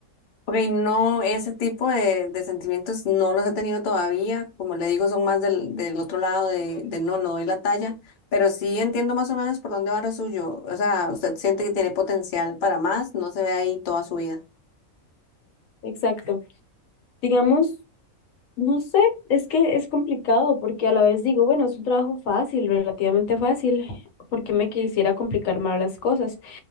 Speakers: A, on the left (about 50°); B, on the left (about 70°).
A: Ok, no, ese tipo de, de sentimientos no los he tenido todavía. Como le digo, son más del, del otro lado de, de no, no doy la talla. Pero sí entiendo más o menos por dónde va lo suyo. O sea, usted siente que tiene potencial para más, no se ve ahí toda su vida.
B: Exacto. Digamos, no sé, es que es complicado porque a la vez digo, bueno, es un trabajo fácil, relativamente fácil, porque me quisiera complicar más las cosas,